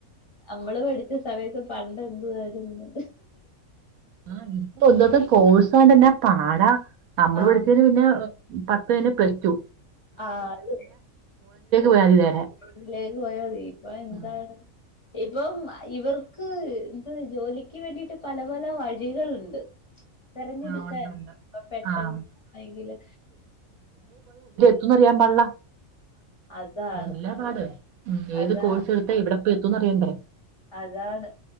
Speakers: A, on the left; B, on the right.
A: നമ്മള് പഠിച്ച സമയത്ത് പണ്ടെന്തുവാരുന്നു
B: ആ ഇപ്പ ഒന്നാത്ത കോഴ്സ് കൊണ്ട്ന്നാ പാടാ നമ്മള്
A: ആഹ്
B: പടിച്ചിന് പിന്നെ പത്ത് കഴിഞ്ഞ് പ്ലസ് ടൂ
A: ആ അത്
B: പോയാ മതി നേരെ.
A: അതിലേക്ക് പോയ മതി ഇപ്പൊ എന്താണ്
B: ഉം
A: ഇപ്പം ഇവർക്ക് എന്ത് ജോലിക്ക് വേണ്ടിട്ട് പല പല വഴികളുണ്ട് തെരഞ്ഞെടുക്കാൻ
B: ആഹ് ഉണ്ട് ഉണ്ട്.
A: ഇ പെട്ടെന്ന്
B: ആഹ്
A: എങ്കില്
B: ത്തുംന്ന് അറിയാൻ പാടില്ല
A: അതാണ്
B: അതെല്ലാ പാട് ഉഠ ഏത്
A: അതാ
B: കോഴ്സ് എടുത്താ എവിടെപ്പോയി എ ത്തുംന്ന് അറിയണ്ടേ
A: അതാണ്